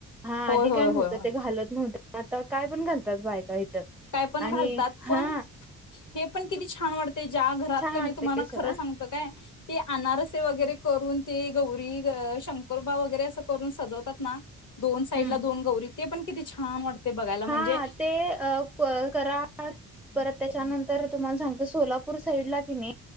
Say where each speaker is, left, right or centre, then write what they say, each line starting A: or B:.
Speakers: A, in the centre; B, on the left.
A: हा
B: होय
A: आधी
B: होय
A: काय नव्हत.
B: होय होय
A: ते घालत नव्हते आता काय पण घालतात बायका इथ
B: काय पण
A: आणि
B: घालतात पण
A: हा
B: हे पण किती छान वाटतय ज्या घरात
A: छान
B: कनी
A: वाटते
B: तुम्हाला
A: सोडा
B: खरं सांगतो काय ते अनारसे वगैरे करून ते गौरी अ शंकरोबा वगैरे असं करून सजवतात ना दोन साईड
A: हम्म
B: ला दोन गौरी ते पण किती छान वाटते बघायला
A: हा
B: म्हणजे
A: ते अ क कराड परत त्याच्यानंतर तुम्हाला सांगतो सोलापूर साईड ला कीनी